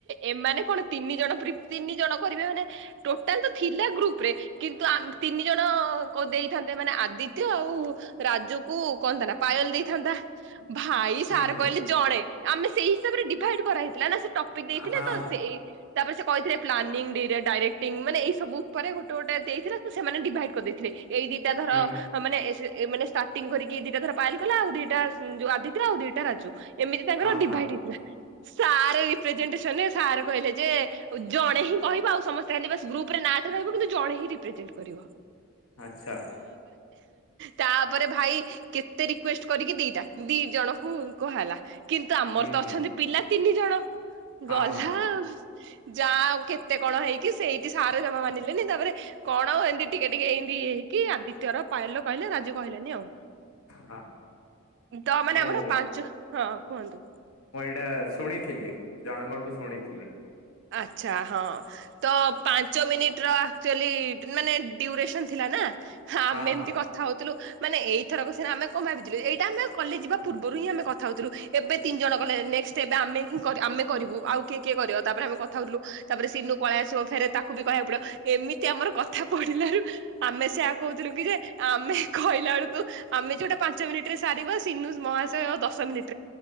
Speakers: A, on the right; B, on the left.
A: ଏମାନେ କଣ ତିନି ଜଣ ତିନି ଜଣ କରିବେ ମାନେ ଟୋଟାଲ ତ ଥିଲା ଗ୍ରୁପ ରେ କିନ୍ତୁ ତିନି ଜଣ ଦେଇଥାନ୍ତେ ମାନେ ଆଦିତ୍ୟ ଆଉ ରା ରାଜକୁ କଣ ତା ନା ପାଏଲ ଦେଇଥାନ୍ତା ଭାଇ
B: ହୁଁ
A: ସାର
B: ହୁଁ
A: କହିଲେ ଜଣେ ଆମେ ସେଇ ହିସାବରେ ଡିଭାଇଡ କରହେଇଥିଲ ନା ସେ ଟପିକ ଦେଇଥିଲେ
B: ହଁ
A: ତ ସେଇ ତାପରେ ସେ କହିଥିଲେ ପ୍ଲାନିଂ ଡାଇରେକ୍ଟିଂ ମାନେ ଏଇ ସବୁ ଉପରେ ଗୋଟେ ଗୋଟେ ଦେଇଥିଲା ସେମାନେ ଡିଭାଇଡ କରିଦେଇଥିଲେ ଏଇ ଦିଟା ଧର
B: ହୁଁ
A: ମାନେ ଏ ମାନେ ଷ୍ଟାର୍ଟିଂ କରିକି ଦିଟା ଧର ପାୟଲ କଳା ଆଉ ଦିଟା ଆଦିତ୍ୟ ଆଉ ଦିଟା ରାଜୁ ଏମିତି ତାଙ୍କର
B: ହଁ
A: ଡିଭାଇଡ
B: ହଁ <inaudible>
A: ସରେ ରେପ୍ରିଜେନ୍ଟେସନ୍ ସାର୍ କହିଲେ ଯେ ଜଣେ ହିଁ କହିବା ଆଉ ସମସ୍ତେ ଖାଲି ଗ୍ରୁପରେ ନାଁ ଜଣେ ହି ରେଜପରେ
B: ଆଚ୍ଛା
A: ତାପରେ ଭଇ କେତେ ରିକୁଏଷ୍ଟ କରିକି ଦିଟା ଦି ଜଣଙ୍କୁ କୁ ହେଲା କିନ୍ତୁ ଆମ
B: ହୁଁ
A: ତ
B: ହୁଁ
A: ଅଛନ୍ତି ପିଲା ତିନି ଜଣ
B: ହଁ
A: ଗଲା
B: ହଁ
A: ଆଉ ଯାହା ଆଉ କେତେ କଣ ହେଇକି ସେଇଠି ସାର ଜମା ମାନିଲେନି ତାପରେ କଣ ଏମିତି ଟିକେ ଟିକେ ହେଇ କିଏ କି ଆଦିତ୍ୟ ର ପାୟଲ ର କହିଲେ ରାଜୁ କହିଲାନି ଆଉ
B: ହଁ
A: ତ ମାନେ
B: ମୁଁ
A: ଆମର ପାଞ୍ଚ ହଁ କୁହନ୍ତୁ
B: ସେଟା ଶୁଣିଥିଲି ଜଣଙ୍କଠୁ ଶୁଣିଥିଲି
A: ଆଚଛା ହଁ ତ ପାଞ୍ଚ ମିନିଟ ର ଆକ୍ଚୁଆଲି ମାନେ କୁୟୁରେସନଥିଲାନ। ଆମେ
B: ହଁ
A: ଏମତି
B: ହଁ
A: କଥା ହଉଥିଲୁ ମାନେ ଏଇଥରକ ସିନା ଆମେ କଣ ଭାବିଥିଲୁ ଏଇଟା ଆମେ କଲେଜ ଯିବା ପୂର୍ବରୁ ହିଁ ଆମ କଥା ହଉଥିଲୁ ଏବେ ତିନି ଜଣ କଲେ ନେକ୍ସଟ୍ ଷ୍ଟେପ ଆମେ ହିଁ ଆମେ କରିବୁ ଆଉ କିଏ କିଏ କରିବ ତାପରେ ଆମେ କଥାହେଉଥିଲୁ, ତାପରେ ସିନୁ ପଳେଇ ଆସିବ, ଫେରେ ତାକୁ ବି କହିବାକୁ ପଡିବ, ଏମିତି ଆମର କଥା ପଡିଲାରୁ ଆମେ ସେଆ କହୁଥିଲୁ କି ଯେ- ଆମେ କହିଲା ବେଳକୁ ଆମେ ଯୋଉଟା ପାଞ୍ଚ ମିନିଟ ରେ ସାରିବ ସିନୁ ମହସୟ ଦଶ ମିନି୍ଟ <unintelligible>